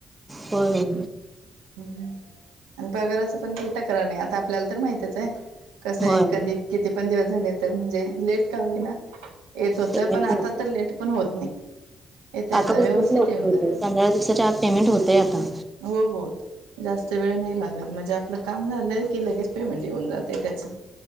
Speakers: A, on the right; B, on the right.
A: होय होय.
B: आणि पगारचं पण काही तक्रार नाही, आता आपल्याला तर माहितच हाय. कसं हाय
A: होय
B: कधी? किती पण दिवस झाले तर म्हणजे, लेट का होईना येत होतं,
A: पेमेंट
B: पण आता
A: भेट
B: तर लेट पण होत नाही. येतय आता,
A: तर
B: व्यवस्थित
A: खूप लवकर
B: येऊन
A: होते
B: जातय,
A: पंधरा दिवसाच्या आत पेमेंट होतंय आता
B: हो हो. जास्त वेळ नाही लागत, म्हणजे आपलं काम झालं की लगेच पेमेंट येऊन जातय त्याचं.